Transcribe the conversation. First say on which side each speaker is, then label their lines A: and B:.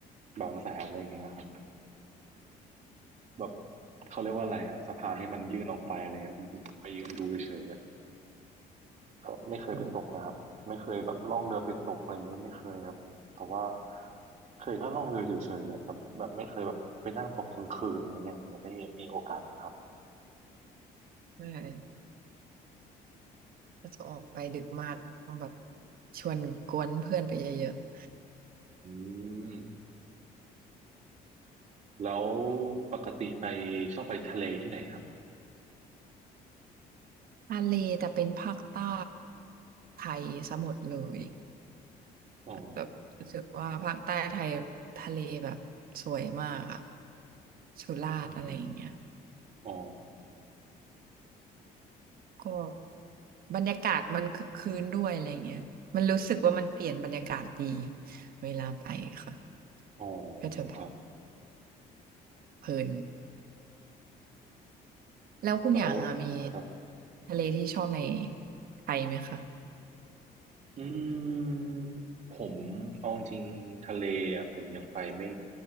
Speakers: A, on the right; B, on the right.
A: บางแสนอะไรอย่างเงี้ยครับ แบบเขาเรียกว่าอะไรอะสะพานที่มันยื่นออกไปอะไรเงี้ยผมไปยืนดูเฉยๆอะก็ไม่เคยไปตกนะครับไม่เคยแบบล่องเรือไปตกอะไรอย่างเงี้ยก็ไม่เคยครับแต่ว่า
B: อืม
A: เคยแค่ล่องเรือเฉยๆอะแต่แบบไม่เคยแบบไปนั่งตกกลางคืนอะไรเงี้ยยังไม่มีมีโอกาสท
B: ใช่ก็จะออกไปดึกมากต้องแบบชวนกวนเพื่อนไปเยอะๆ
A: ำอืมแล้วปกติไปชอบไปทะเลที่ไหนครับ
B: <clears throat> <coughs> ทะเลแต่เป็นภาคใต้ไทยสมหมดเลย
A: อ๋อ
B: แบบรู้สึกว่าภาคใต้ไทยทะเลแบบสวยมากอะสุราษฎร์อะไรอย่างเงี้ย
A: อืมอ๋อ
B: ก็บรรยากาศมันคึกคืนด้วยอะไรเงี้ยมันรู้สึกว่ามันเปลี่ยนบรรยากาศดีเวลาไปค่ะ
A: อ๋อ
B: ก็จะแบบ
A: ครับ
B: เพลินแล้วคุณอย่างอะมี
A: แล้วครับ
B: ทะเลที่ชอบในไทยไหมคะ
A: อืมผมเอาจริงๆทะเลอ่ะผมยังไปไม่